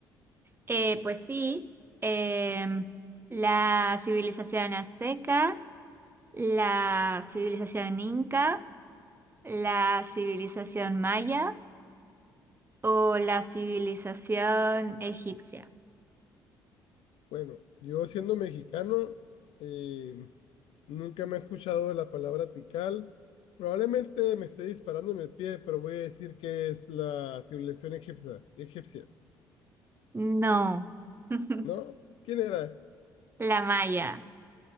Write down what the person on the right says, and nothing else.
Eh, pues sí, em, la civilización azteca, ¿La civilización inca, la civilización maya o la civilización egipcia?
No, <laughs>
la maya.